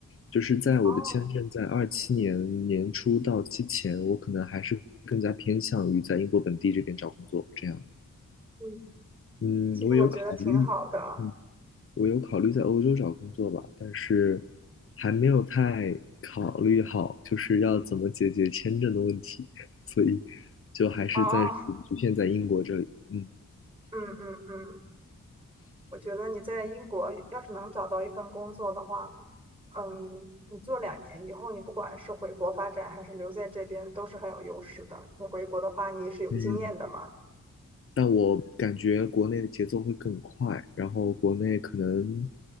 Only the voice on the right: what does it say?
哦，
嗯，
其实我觉得挺好的。
哦，
嗯嗯嗯，我觉得你在英国要是能找到一份工作的话，嗯，你做两年以后，你不管是回国发展还是留在这边，都是很有优势的。你回国的话，你也是有经验的嘛。